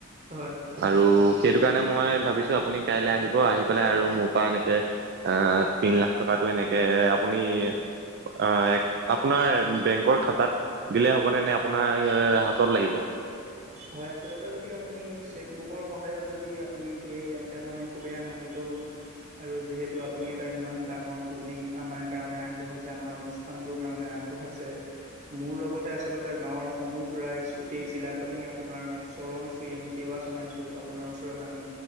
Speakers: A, on the right; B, on the right.
A: হয়
B: আৰু সেইটো কাৰণে মই ভাবিছো আপুনি কাই আহিব। হ ব আহি পেলাই আৰু মোৰ পৰা এনেকে তিন লাখ টকাটো এনেকে আপুনি অ আপোনাৰ বেংক খাতাত দিলে হ'ব নে নে আপোনাৰ হাতত লাগিব
A: হয় আচলতে যদি আপুনি চেকবুক সহায়ত যদি আপুনি দিয়ে তেন্তে মই খুবেই আনন্দিত হ'ম আৰু যিহেতু আপুনি এটা ইমান ইমান ডাঙৰ পুঁজি আমাৰ কাৰণে আগবঢ়াইছে আমাৰ অনুষ্ঠানটোৰ কাৰণে আগব আগবঢ়াইছে মোৰ লগতে আচলতে গাঁৱৰ সমুহ ৰাইজ গোটেই জিলা খনে আপোনাৰ চৰণ চুই আমি সেৱা জনাইছো আপোনাৰ ওচৰত আমি